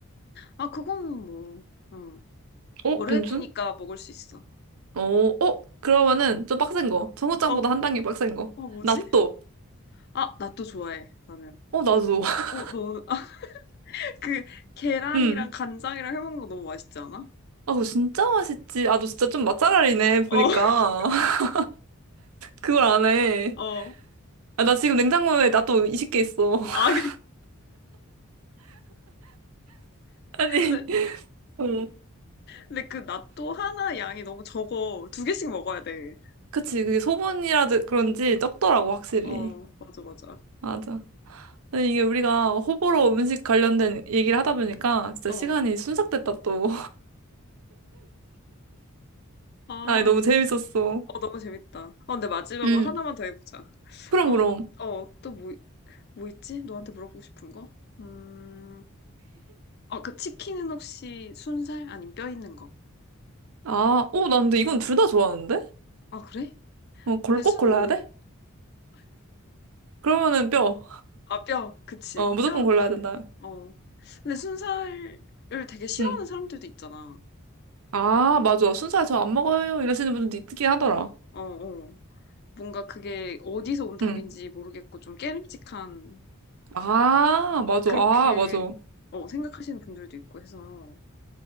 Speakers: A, on the left (about 45°); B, on the right (about 75°).
A: 아, 그건 뭐, 응.
B: 어,
A: 어른이니까
B: 괜춘?
A: 먹을 수 있어.
B: 어, 어, 그러면은 좀 빡센 거. 청국장보다
A: 어,
B: 한 단계 빡센 거.納豆.
A: 어, 뭐지? 아, 나 또 좋아해, 나는.
B: 어, 나도. <laughs>
A: 어, 너, 아, 그, 계란이랑
B: 음.
A: 간장이랑 해먹는 거 너무 맛있지 않아?
B: 아, 그거 진짜 맛있지. 아, 너 진짜 좀 맛잘알이네, 보니까.
A: 어, <laughs>
B: <laughs> 그걸 안 해.
A: 어.
B: 아, 나 지금 냉장고에 나또 20개 있어. <laughs>
A: 아,
B: 아니,
A: 근데,
B: 어.
A: 근데 그 낫또 하나 양이 너무 적어. 두 개씩 먹어야 돼.
B: 그치, 그게 소분이라든 그런지 적더라고, 확실히.
A: 어, 맞아, 맞아.
B: 맞아. 아니, 이게 우리가 호불호 음식 관련된 얘기를 하다 보니까 진짜
A: 어.
B: 시간이 순삭됐다, 또.
A: 아,
B: 아이, 너무 재밌었어.
A: 어, 너무 재밌다. 어, 근데 마지막으로
B: 응,
A: 하나만 더 해보자.
B: 그럼,
A: 아,
B: 그럼.
A: 어, 또 뭐, 뭐 있지? 너한테 물어보고 싶은 거? 음, 어, 그 치킨은 혹시 순살? 아니면 뼈 있는 거?
B: 아, 오, 나 근데 이건 둘 다 좋아하는데?
A: 아, 그래?
B: 어, 골
A: 근데 순,
B: 꼭 골라야 돼? 그러면은 뼈.
A: 아, 뼈, 그치.
B: 어, 무조건
A: 뼈,
B: 골라야 된다.
A: 어. 근데 순살을 되게 싫어하는
B: 응.
A: 사람들도 있잖아.
B: 아, 맞아. 순살 저 안 먹어요. 이러시는 분도 있긴 하더라.
A: 어, 어. 뭔가 그게 어디서 온 닭인지
B: 응.
A: 모르겠고 좀 깨름직한
B: 아, 맞아.
A: 그렇게
B: 아, 맞아.
A: 어, 생각하시는 분들도 있고 해서